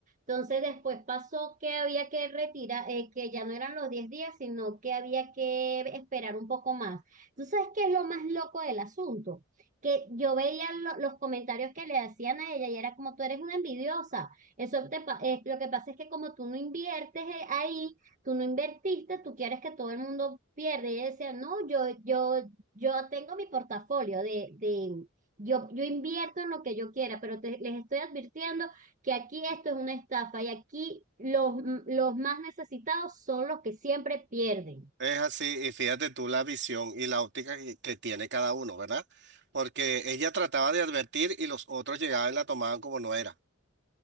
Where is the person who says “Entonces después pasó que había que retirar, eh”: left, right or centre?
Right